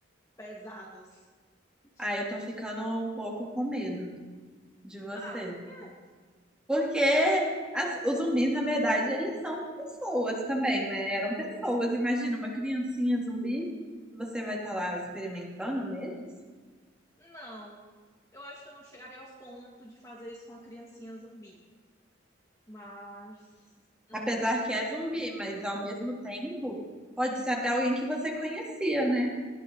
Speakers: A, on the left; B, in the centre.
A: pesadas. <laughs>
B: Ah, eu tô ficando um pouco com medo de você.
A: Ah, por quê?
B: Porque as- os zumbis, na verdade, eles são pessoas também, né? Eram pessoas. Imagina uma criancinha zumbi, você vai estar lá experimentando neles.
A: Não. Eu acho que eu não chegaria ao ponto de fazer isso com a criancinha zumbi. Mas, hum,
B: Apesar que é zumbi, mas ao mesmo tempo, pode ser até alguém que você conhecia, né?